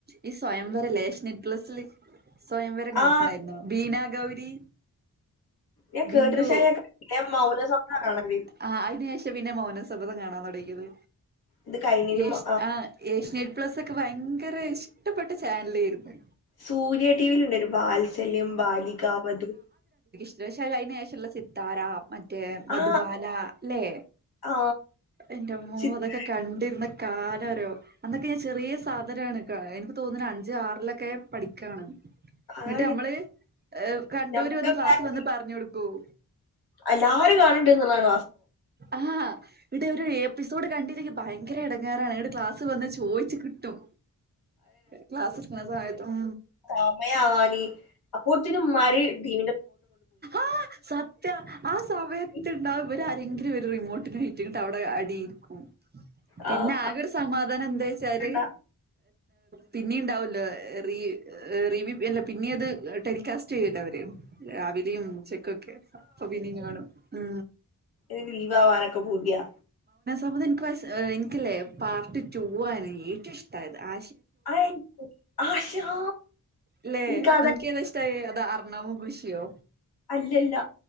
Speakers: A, on the right; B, on the left.
A: ഈ സ്വയംവരെ ലേഷ പ്ല സില് സ്വയംവരം കണ്ടിട്ടുണ്ടായിരുന്നു
B: ആ
A: ബീന ഗൗരി
B: ഞാൻ
A: ബിന്ദു
B: കേട്ടിന് ശേഷം ഞാൻ കണ്ടില്ല ഞാൻ മൗനസമ്മതം കാണല്
A: ആ അതിന് ശേഷം പിന്നെ മൗനം സമ്മതം കാണാൻതു ഇകിനു
B: ഇത് കഴിഞ്ഞേന്
A: യശിയാ
B: മു
A: ആ യേഷി പ്ലസ്സൊക്കെ ഭയങ്കര ഇഷ്ടപ്പെട്ട ചാനലായിയിരുന്നു
B: സൂര്യടിവി യി ൽ ഉണ്ടായി രുന്നു വാത്സല്യം ബാലികാവതു
A: ശേഷം അഴന് ശേഷമുള്ള സിത്താര മറ്റേ മധുബാല
B: ആ
A: അല്ലേ
B: ആ
A: എന്റെ മോ
B: ചിത്ര
A: അതൊക്കെ കണ്ടിരുന്ന കാലം അറിയോ അന്നൊക്കെ ഞാൻ ചെറിയ സാധനാണ് എനിക്ക് തോന്നുന്നത് അഞ്ച ആറിലൊക്കെ പഠിക്കാണ്
B: അതാണ്
A: എന്നിട്ട് നമ്മള് കണ്ടൂര്
B: നമ്മുടെ
A: വന്ന് ക്ലാസ്
B: പ്രായത്തില്
A: വന്ന് പറഞ്ഞ കൊടുക്കും
B: എല്ലാരും കാണണ്ടേ എന്നുള്ളാണ്
A: ആ ഇവിടെ ഒരു എപ്പിസോഡ് കണ്ടിരിക്ക ഭയങ്കര ഇടങ്ങാറാണ് ട് ക്ലാസ് വന്ന് ചോയിച്ചു കിട്ടും ക്ലാസിൽ സമയിട്ടും
B: സാമയാവാലി അപ്പോ ഒത്തിരി മാരി ദി
A: ആ സത്യ ആ സമയത്ത്ണ്ടാവകും
B: പഠിക്ക്
A: ഇവരാ രെങ്കിലും ഒരു റിമോട്ടിന് റ്റട്ട അവിടെ അടിയിരിക്കും
B: ആഹ്
A: പിന്നെ ആകെ ഒരു സമാധാനം എന്താ വെച്ചാല്
B: ആഹ്
A: പിന്നെ ഉണ്ടാവല്ലോ റി റി വ്യൂ അല്ല പിന്നെ അത് ടെലികാസ്റ്റ് ചെയ്യൂലോ അവര് രാവിലെയും ഉച്ച ക്കൊക്കെ അപ്പൊ പിന്ന കാണും ഉ
B: ഇത് ലി വാവാനൊക്കെ പൂതിയാ
A: അഭത് എനിക്ക് എനിക്കല്ലേ പാർട്ട് ടൂ ആണ് ഏറ്റവും ഇഷ്ടമായത് ആ
B: ആയി ആശാ
A: ല്ലെ
B: ഇൻക്കതാ
A: നിനക്ക് ഏത ഇഷ്ടായി അത് അറിണമോ വിഷിയോ
B: അല്ലല്ല